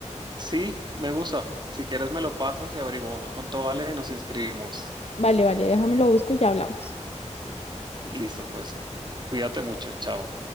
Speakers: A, on the right; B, on the left.
A: Sí, me gusta. Si quieres me lo pasas y averiguamos cuánto vale y nos inscribimos.
B: Vale, vale, déjame lo busco y ya hablamos.
A: Listo, pues. Cuídate mucho, chao.